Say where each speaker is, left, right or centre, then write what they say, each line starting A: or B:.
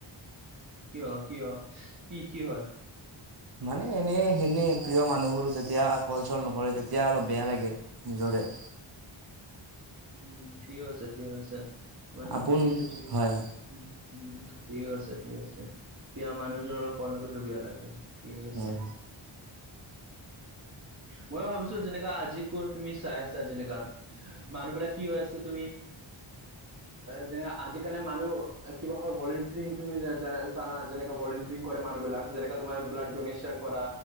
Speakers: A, on the right; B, on the right.
A: কিয় -কিয় কি-কি হল?
B: মানে এনে সেনে প্ৰিয় মানুহবোৰো যেতিয়া কল চল নকৰে তেতিয়া অলপ বেয়া লাগে। নিজৰে।
A: উম, ঠিক আছে -ঠিক আছে মানে
B: আপোন
A: <unintelligible>
B: হয়
A: উম- উম ঠিক আছে- ঠিক আছে দিয়া মানুহজনৰ লগত কল নকৰিলেও বেয়া লাগে। ঠিক আছে।
B: হয়
A: মই ভাবিছো যেনেকা আজি ক তুমি চাইছা যেনেকা। মানুহ বিলাক কি হৈ আছে তুমি যেনে আজিকালি মানুহ কিবা হয় ভলেণ্টিয়াৰিং তুমি জানা যেনে ভলণ্টিয়াৰিং কৰে মানুহবিলাক যেনেকা তোমাৰ ব্লাড ডোনেশ্যন কৰা